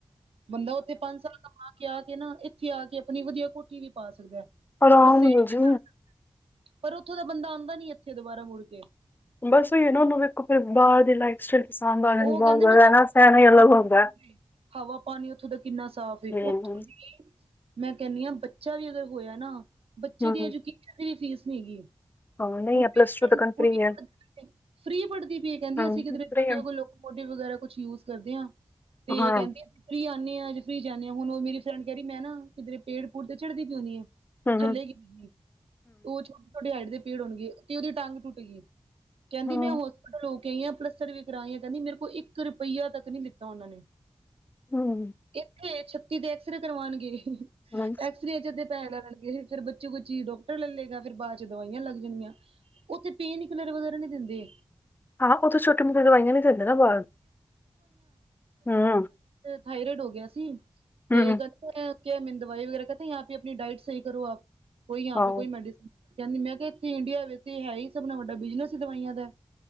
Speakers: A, on the right (about 80°); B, on the left (about 20°).
A: ਬੰਦਾ ਉੱਥੇ ਪੰਜ ਸਾਲ ਕਮਾ ਕੇ ਆ ਕੇ ਨਾ ਇੱਥੇ ਆ ਕੇ ਆਪਣੀ ਵਧੀਆ ਕੋਠੀ ਵੀ ਪਾ ਸਕਦਾ।
B: ਆਰਾਮ
A: ਹੋਰ ਸੇਵ
B: ਨਾਲ਼
A: ਵੀ
B: ਜੀ।
A: ਕਰ ਸਕਦਾ ਪਰ ਓਥੋ ਦਾ ਬੰਦਾ ਆਂਦਾ ਨੀ ਐਥੇ ਦੁਬਾਰਾ ਮੁੜ ਕੇ।
B: ਬਸ ਓਈਓ ਨਾ ਓਹਨੂੰ ਵੇਖੋ ਫੇਰ ਬਾਰ ਦੇ ਲਾਈਫ ਸਟਾਈਲ। ਪਸੰਦ ਆ ਜਾਂਦੀ
A: ਓ
B: ਬਹੁਤ
A: ਕੇਂਦੇ
B: ਜ਼ਿਆਦਾ
A: ਨੇ
B: ਰਹਿਣਾ ਸਹਿਣਾ
A: <unintelligible>
B: ਹੀ ਅਲੱਗ ਹੁੰਦਾ ਹੈ।
A: ਹਵਾ ਪਾਨੀ ਓਥੋਂ ਦਾ ਕਿੰਨਾ ਸਾਫ਼। ਤੇ ਓਥੋ
B: ਹੂੰ
A: ਦੀ ਮੈਂ ਕੇਂਨੀ ਆ ਬੱਚਾ ਵੀ ਅਗਰ ਹੋਆ ਨਾ ਬੱਚੇ
B: ਹੂੰ
A: ਦੀ ਐਜੂਕੇਸ਼ਨ ਦੀ ਵੀ ਫੀਸ ਨੀ ਹੈਗੀ।
B: ਹਾਂ ਨਹੀਂ
A: <unintelligible>
B: ਹੈ ਪਲੱਸ ਟੂ ਤੱਕ ਫ੍ਰੀ ਹੈ
A: ਫ੍ਰੀ ਪੜਦੀ ਪਈ ਏ ਕੇਂਦੀ
B: ਹਾਂ
A: ਅਸੀ ਕਿਧਰੇ
B: ਫ੍ਰੀ
A: ਜਾਂਨੇ
B: ਹੈ
A: ਕੋਈ ਕੋਡੀ ਵਗੈਰਾ ਕੁਛ ਯੂਜ਼ ਕਰਦੇ ਆ ਤੇ
B: ਹਾਂ
A: ਕੈਂਦੀ ਐ ਫਰੀ ਆਂਨੇ ਆ ਅੱਜ ਫਰੀ ਜਾਂਨੇ ਹੁਨ ਓ ਮੇਰੀ ਫਰੈਂਡ ਕੇ ਰੀ ਮੈਂ ਨਾ ਕਿਧਰੇ ਪੇੜ- ਪੂੜ ਤੇ ਚੜਦੀ ਪਈ ਹੋਨੀ ਏ।
B: ਹੂੰ
A: ਥੱਲੇ
B: ਹੂੰ
A: ਗਿਰ ਗੀ ਓ ਛੋਟੇ ਛੋਟੇ ਹਾਈਟ ਦੇ ਪੇੜ ਹੋਨਗੇ ਓਦੀ ਟੰਗ ਟੁੱਟ ਗੀ। ਕੇਂਦੀ
B: ਹਾਂ
A: ਮੈਂ ਹੋਸਪੀਟਲ ਹੋ ਕੇ ਆਈ ਆ ਪਲਸਤਰ ਵੀ ਕਰਾ ਆਈ ਆ ਕੈਂਦੀ ਮੇਰੇ ਕੋਲ ਇੱਕ ਰੁਪਈਆ ਤੱਕ ਨੀ ਲਿਤਾ ਓਨਾ ਨੇ।
B: ਹੂੰ।
A: ਐਥੇ ਛੱਤੀ ਦੇ ਐਕਸਰੇ ਕਰਵਾਂਨਗੇ
B: ਹਾਂ
A: ਐਕਸਰੇ ਚ ਅੱਧੇ ਪੈਸੇ ਲੈ ਲੇਂਗੇ। ਫੇਰ ਬੱਚੀ ਕੋਇ ਚੀਜ ਡੋਕਟਰ ਲੈ ਲੇਗਾ ਫੇਰ ਬਾਦ ਚ ਦਵਾਈਆਂ ਲੱਗ ਜਨਗੀਆਂ। ਓਥੇ ਪੇਨ ਕੀਲਰ ਵਗੈਰਾ ਨੀ ਦਿੰਦੇ।
B: ਹਾਂ ਓਥੋ ਛੋਟੋ ਮੋਟ ਦਵਾਈਆਂ ਨੀ ਦੇਂਦੇ ਨਾ ਬਾਰ ਹੂੰ।
A: ਥਾਈਰਈਡ ਹੋ ਗਆ ਸੀ ਤੇ
B: ਹੂੰ
A: ਕਦ ਕਆ ਮਿੰਨ ਦਵਾਈ ਵਗੈਰਾ ਕੇ ਤੇ ਯਾ ਪੇ ਅਪਨੀ ਡਾਈਟ ਵਗੈਰਾ ਸਹੀ ਕਰੋ ਆਪ ਕੋਈ ਯਾਹਾ
B: ਹਾਂ
A: ਪੇ ਕੋਈ ਮੈਡੀਸੀਨ ਕੈਂਦੀ ਮੈਂ ਕਯਾ ਐਥੇ ਇੰਡੀਆ ਵਿੱਚ ਤੇ ਹੇ ਹੀ ਸਭ ਨਾਲ ਵੱਡਾ ਬਿਜਨਸ ਹੀ ਦਵਾਈਆਂ ਦਾ ਐ।